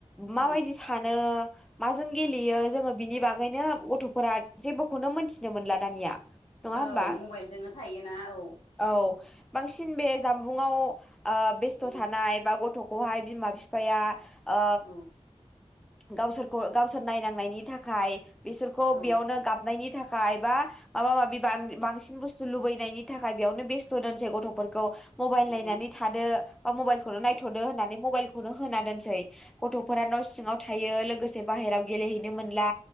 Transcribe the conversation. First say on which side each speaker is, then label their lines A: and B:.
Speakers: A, in the centre; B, on the left.
A: माबायदि
B: औ
A: सानो माजों गेलेयो जोङो बिनि बाग गैनो गथ'फोरा जेबोखौनो मोनथिनो मोनला दानिया। नङा
B: औ
A: होमबा?
B: मबाइलजोंनो थायोना औ
A: औ बांसिन बे जामबुंआव ओ बेस्थ
B: औ
A: थानाय बा गथ' खौहाय बिमा बिफाया ओ
B: औ
A: गावसोरखौ गावसोर नायनांनायनि थाखाय बिसोरखौ
B: औ
A: बियावनो नायनि थाखाय बा माबा-माबि बां-बांसिन बुस्थ लुबैनायनि थाखाय बेयावनो बेस्थ दोनसै गथफोरखौ मबाइल
B: औ
A: नायनानै थादो बा मबाइल खौनो नायथदो होननानै मबाइल खौनो होना दोनसै गथ'फोरा न' सिंङाव थायो लोगोसे बाहेराव गेलेहैनो मोनला